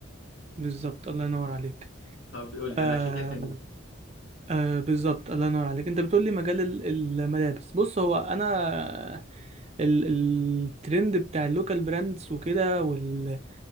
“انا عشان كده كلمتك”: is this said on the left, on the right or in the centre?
Left